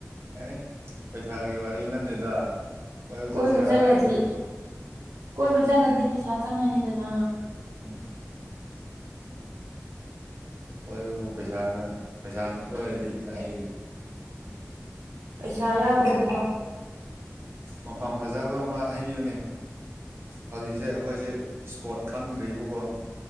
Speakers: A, on the right (about 50°); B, on the right (about 75°).
A: ꯑꯦ ꯄꯩꯁꯥꯒꯤ ꯋꯥꯔꯤ ꯅꯠꯇꯦꯗ
B: ꯀꯣꯏꯕ
A: ꯆꯠꯁꯤꯔꯥ
B: ꯆꯠꯂꯗꯤ
A: ꯍꯥꯏꯗꯅ
B: ꯀꯣꯏꯕ ꯆꯠꯂꯗꯤ ꯄꯩꯁꯥ ꯆꯪꯉꯅꯤꯗꯅ
A: ꯎꯝ ꯀꯣꯏꯕꯨ ꯄꯩꯁꯥꯅ ꯄꯩꯁꯥꯅ ꯀꯣꯏꯔꯗꯤ ꯀꯥꯏꯗꯒꯤ
B: ꯄꯩꯁꯥ ꯌꯥꯎꯗ꯭ꯔꯦꯗꯤ
A: ꯃꯐꯝ ꯐꯖꯕ ꯑꯃ ꯍꯥꯏꯕꯤꯌꯨꯅꯦ ꯍꯧꯖꯤꯛ ꯁꯦ ꯑꯩꯈꯣꯏꯁꯦ ꯏꯁꯄꯣꯠ ꯈꯪꯗ꯭ꯦꯕꯀꯣ